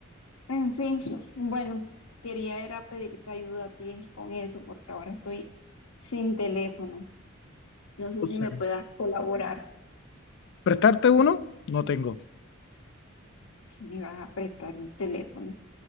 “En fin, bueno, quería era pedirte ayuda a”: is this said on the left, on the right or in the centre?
Left